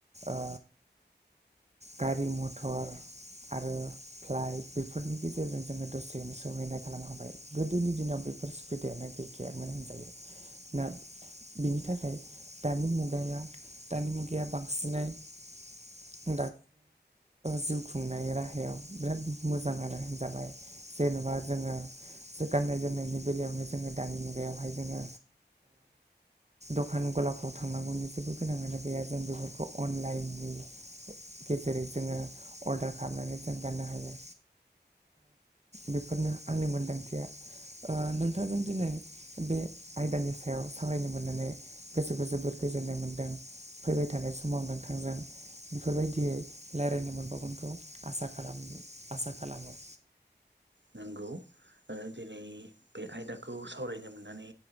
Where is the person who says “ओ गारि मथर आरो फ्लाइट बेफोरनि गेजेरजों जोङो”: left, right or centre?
Right